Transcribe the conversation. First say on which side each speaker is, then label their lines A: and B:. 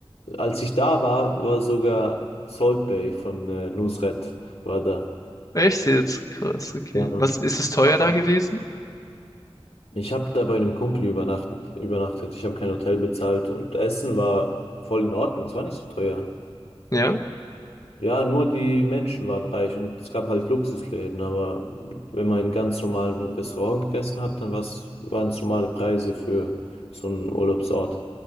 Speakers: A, on the left (about 90°); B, on the left (about 35°).
A: Als ich da war, war sogar Salt Bay von äh, Nusret war da.
B: Echt jetzt? Krass, okay.
A: Ja, Mann.
B: Was, ist es teuer
A: Aber
B: da gewesen?
A: ich habe da bei einem Kumpel übernachtet, übernachtet. Ich habe kein Hotel bezahlt und Essen war voll in Ordnung. Es war nicht so teuer.
B: Ja?
A: Ja, nur die Menschen waren reich und es gab halt Luxusläden, aber wenn man in ganz normalen Restaurant gegessen hat, dann war's, waren es normale Preise für so einen Urlaubsort.